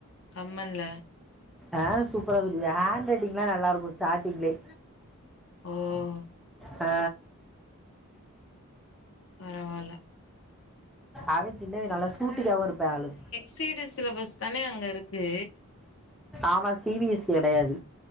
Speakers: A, on the left (about 60°); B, in the centre.
A: கம்பன்ல
B: ஆ சூப்பரா சொல்லிதராங் ஹேண்ட் ரைட்டிங்லா நல்லா இருக்கோ ஸ்டாட்டிங்லே
A: ம்
B: ஆ
A: பரவால்ல.
B: அவேன் சின்னவ நல்லா சூட்டிக்காவூ இருப்பே ஆளு
A: சீ டிஸ் சிலபஸ்தானே அங்க இருக்கு
B: ஆமா சீ பீ யஸ் கிடையாது